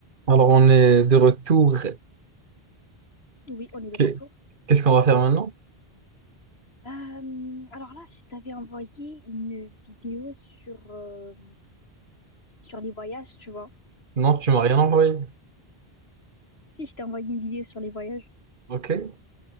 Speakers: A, on the right; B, on the left.
A: Alors, on est de retour.
B: Oui, on est de
A: Qu'est-
B: retour.
A: Qu'est-ce qu'on va faire maintenant?
B: Euh, alors là, je t'avais envoyé une vidéo sur, euh, sur les voyages, tu vois.
A: Non, tu
B: Euh,
A: m'as rien envoyé.
B: si, je t'ai envoyé une vidéo sur les voyages.
A: Ok.